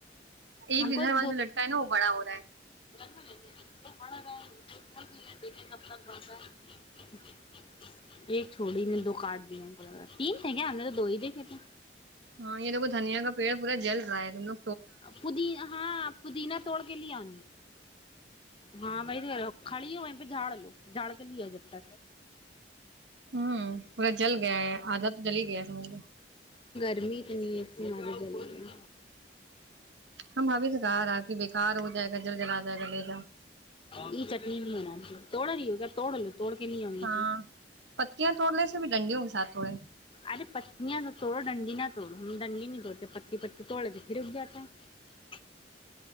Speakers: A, on the right; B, on the left.
A: ایک
B: ہم
A: گ
B: کو
A: گھر
B: تو
A: والا جو لڑکا ہے نا وہ بڑا ہو رہا ہے
B: گیا بڑھ رہا ہے بھی دیکھے کب تک بتا ہے ا ا ا ایک چھوڑی نے دو کاٹ تین س آ نے تو دہ د کھیتے
A: ہاں یہ د دنیا کا پیڑ پورا جل رہا ہے تم لو
B: پودین ہاں پودینہ توڑ کے لی آ ہاں کڑی ہ پ جھاڑ لو جھاڑ کے لیا جب ت
A: ہوں پورا جل گیا ہے آدھا تو جل ہی گیا ہے سمجھ
B: گرمیت نہیں س ہمار ج ج
A: ہم بھوی سکا رہا کہ بےیکار ہو جائے گا جل جلا جائے گا لے جاؤ
B: یہ چٹنی بھی منا توڑ رہی ہو گا توڑ ل توڑ کے نہیں آی
A: ہاں پتیاں توڑنے سے بھی ڈنڈیوں کے ساتھ توڑے
B: ارے پتنیاں سب توڑو ڈنڈی نہ دنڈی نہیں توڑتے پتی پی توڑ تھ پھر اگ جاتا ہے